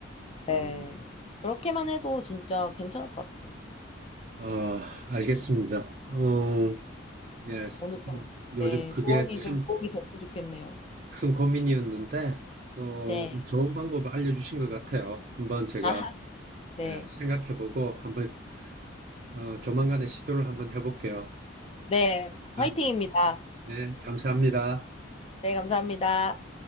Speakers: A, on the left; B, on the right.
A: 네.
B: 음,
A: 그렇게만 해도 진짜 괜찮을 것 같아요.
B: 어, 알겠습니다. 어, 예.
A: 오늘 좀,
B: 음, 요즘
A: 네,
B: 그게
A: 조언이 좀
B: 참
A: 도움이 됐으면 좋겠네요.
B: 큰 고민이었는데 또
A: 네.
B: 좋은 방법을 알려주신 것 같아요. 한번 제가
A: 아, 네.
B: 예, 생각해보고 한번 어, 조만간에 시도를 한번 해볼게요.
A: 네. 화이팅입니다.
B: 네, 네, 감사합니다.
A: 네, 감사합니다.